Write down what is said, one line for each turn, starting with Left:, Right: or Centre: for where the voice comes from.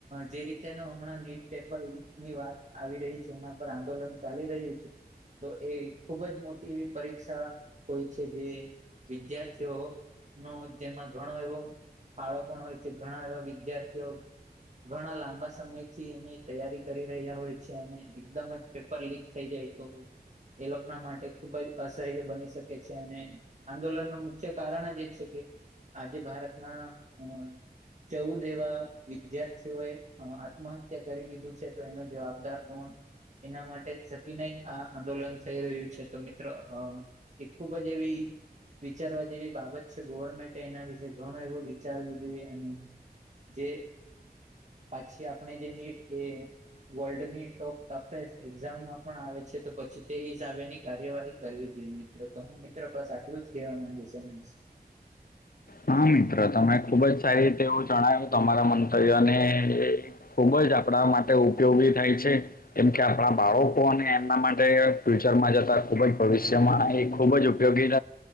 Right: જે રીતેનો હમણાં નીટ પેપર લીક. ની વાત આવી રહી છે એના પર આંદોલન ચાલી રહ્યું છે. તો એ ખુબ જ મોટી એવી પરીક્ષ તા હોય છે જે વિદ્યાર્થીઓ નો જેમાં ઘણો એવો. ફાળો પણ હોય છે ઘણા એવા વિદ્યાર્થીઓ ઘણા લાંબા સમયથી એની. તૈયારી કરી રહ્યા હોય છે. એકદમ જ પેપર લીક થઈ જાય તો એ લોકો ના માટે ખુબ જ સહ્ય બની શકે છે અને આંદોલન ન મુખ્ય કારણ જ એ છે કે. આજે ભારતના અ ચૌદ એવા વિદ્યાર્થીઓએ. આત્મહત્યા કરી લીધું છે તો એનો જવાબદાર કોણ એના માટે સતીના આ આંદોલન થઈ રહ્યું છે તો મિત્ર હ એક ખૂબ જ એવી. વિચારવા જેવી બાબત છે ગવર્મેન્ટ એના વિશેે ઘણો એવું વિચારવું જોઈએ અને. જે પાછી આપણે જે નીટ એ વર્લ્ડની ટોપ સસે એક્ઝામ માં પણ આવે છે તો પછી તે હિસાબેની કાર્યવાહી કરવી જોઈએ મિત્રો તો હું મિત્રો બસ આટલું જ કહેવા માંગી છે ને.
Left: હા મિત્ર તમે ખૂબ જ સારી રીતે એવું જણાવ્યું તમારા મંતવ્યોને. ખુબ જ આપણા માટે ઉપયોગી થાય છે. કેમ કે આપણા બાળકો અને એમના માટે ફ્યુચર માં જતા ખુબ જ ભવિષ્યમાં એ ખૂબ જ ઉપયોગી